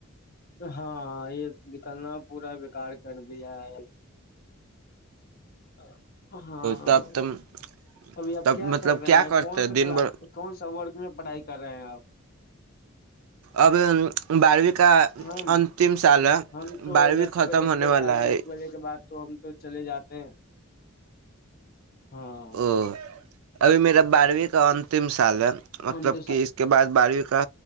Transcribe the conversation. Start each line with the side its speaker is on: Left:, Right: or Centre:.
Left: ہاں یہ نکلنا پورا بیکار کر دیا ہے <inaudible> ہاں
Right: تب تم
Left: ابھی آپ
Right: تب
Left: کیا
Right: مطلب
Left: کر رہے ہیں
Right: کرتے
Left: کون سا
Right: دن
Left: کلاس
Right: بھر
Left: کون سا وورگ میں پڑھائی کر رہے ہیں آپ <inaudible>
Right: ا <inaudible> اب بارہویں کا
Left: ہم
Right: انتم سال ہے
Left: ہم تو
Right: بارہویں
Left: دس
Right: ختم
Left: بجے
Right: ہونے
Left: کے
Right: والا
Left: ساڑھے
Right: ہے
Left: دس بجے کے بعد تو ہم تو چلے جاتے ہیں ہاں
Right: او ابھی میرا بارہویں کا انتم سال ہے مطلب
Left: ہم تو
Right: کہ اس کے بعد بارہویں کا